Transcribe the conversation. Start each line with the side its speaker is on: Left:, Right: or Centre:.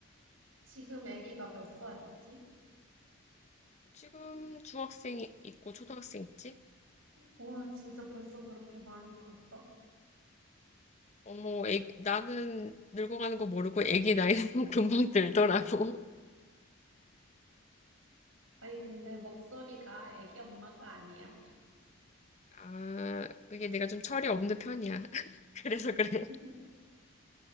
Right: 지금 아기가 몇 살이지?
Left: 지금 중학생 있고 초등학생 있지?
Right: 와, 진짜 벌써 그렇게 많이 컸어?
Left: 어머, 애- 나는 늙어가는 거 모르고 애기 나이는 <laughs> 금방 들더라고.
Right: 아니, 근데 목소리가 아기 엄마가 아니야.
Left: 아, 그게 내가 좀 철이 없는 편이야. <laughs> 그래서 그래.
Right: <laughs>